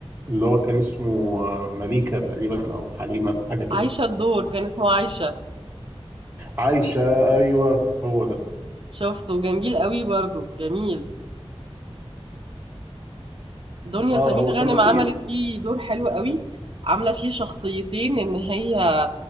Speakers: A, on the right (about 20°); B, on the right (about 55°).
A: اللي هو كان اسمه آه، مليكه تقريبا او حليمه حاجه كده
B: عايشة الدور كان اسمه عايشة
A: عايشه ايوه هو ده
B: شفته جميل قوي برضو جميل دنيا
A: اه
B: سمير
A: هو
B: غانم
A: كان لطيف
B: عملت فيه دور حلو قوي عاملة فيه شخصيتين ان هي